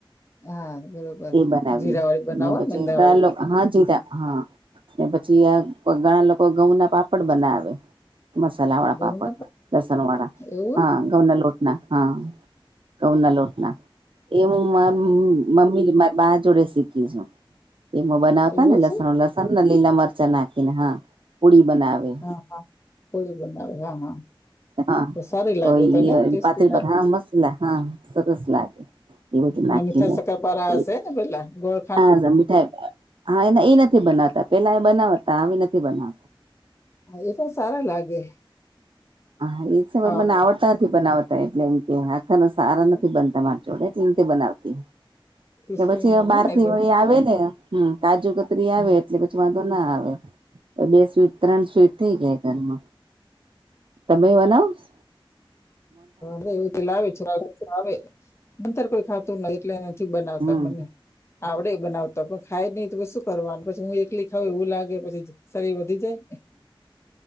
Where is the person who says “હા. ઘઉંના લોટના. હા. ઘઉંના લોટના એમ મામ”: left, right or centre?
Right